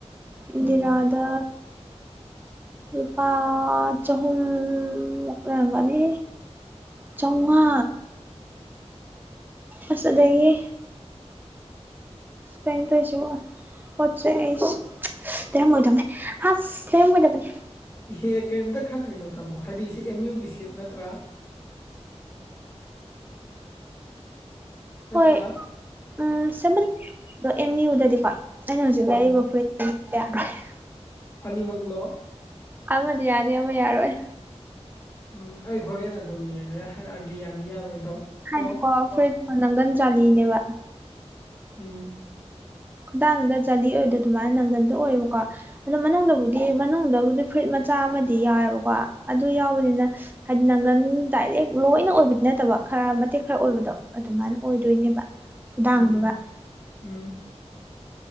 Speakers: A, on the left; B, on the right.
A: ꯎꯝ
B: ꯏꯟꯗꯤꯔꯗ ꯂꯨꯄꯥ ꯆꯍꯨꯝ ꯂꯩꯔꯝꯒꯅꯤ ꯆꯧꯉꯥ ꯑꯁꯤꯗꯒꯤ ꯀꯩꯅꯣ ꯇꯧꯁꯤꯔꯣ ꯄꯣꯠ ꯆꯩ ꯑꯩ ꯂꯩꯔꯃꯣꯏꯗꯝꯅꯦ ꯍꯁ ꯂꯩ ꯔꯝꯃꯣꯏꯗꯕꯅꯦ
A: ꯏꯍꯦ ꯀꯔꯤꯝꯇ ꯈꯟꯒꯅꯣ ꯇꯥꯃꯣ ꯍꯥꯏꯗꯤ ꯁꯤ ꯑꯦꯝ ꯌꯨꯒꯤ ꯁꯦꯞ ꯅꯠꯇ꯭ꯔꯥ ꯅꯠꯇ꯭ꯔꯥ
B: ꯍꯣꯏ ꯎꯝ <unintelligible> ꯑꯦꯝ ꯌꯨꯗꯗꯤꯀꯣ ꯑꯩꯅ ꯍꯧꯖꯤꯛ
A: ꯎꯝ
B: ꯂꯩꯔꯤꯕ ꯐꯨꯔꯤꯠꯇ <unintelligible>
A: ꯑꯅꯤꯃꯛꯂꯣ
B: ꯑꯃꯗꯤ ꯌꯥꯅꯤ ꯑꯃ ꯌꯥꯔꯣꯏ
A: ꯎꯝ ꯑꯩ ꯍꯣꯔꯦꯟ ꯑꯗꯨꯝ ꯌꯦꯡꯉꯒ ꯍꯥꯏꯔꯛꯑꯒꯦ ꯌꯥꯅꯤ ꯌꯥꯔꯣꯏꯗꯣ
B: ꯍꯥꯏꯅꯤꯀꯣ
A: ꯀꯣ
B: ꯐꯨꯔꯤꯠ ꯅꯪꯒꯟ ꯖꯥꯂꯤꯅꯦꯕꯥ
A: ꯎꯝ
B: ꯈꯨꯗꯥꯥꯡꯗ ꯖꯂꯤ ꯑꯣꯏꯕꯗꯣ ꯑꯗꯨꯃꯥꯏꯅ ꯅꯪꯒꯟꯗꯣ ꯑꯣꯏꯔꯣꯏꯀꯣ ꯑꯗꯨ ꯃꯅꯨꯡꯗꯕꯨꯗꯤ ꯃꯅꯨꯡꯗꯕꯨꯗꯤ ꯐꯨꯔꯤꯠ ꯃꯆꯥ ꯑꯃꯗꯤ ꯌꯥꯎꯋꯦꯕꯀꯣ ꯑꯗꯨ ꯌꯥꯎꯕꯅꯤꯅ ꯍꯥꯏꯗꯤ ꯅꯪꯒꯟ ꯗꯥꯏꯔꯦꯛ ꯂꯣꯏꯅ ꯑꯣꯏꯕꯗꯤ ꯅꯠꯇꯕ ꯈꯔ ꯃꯇꯦꯛ ꯈꯔ ꯑꯣꯏꯕꯗꯣ ꯑꯗꯨꯃꯥꯏꯅ ꯑꯣꯏꯗꯣꯏꯅꯦꯕ ꯈꯨꯗꯥꯡꯗꯨꯒ
A: ꯎꯝ ꯎꯝ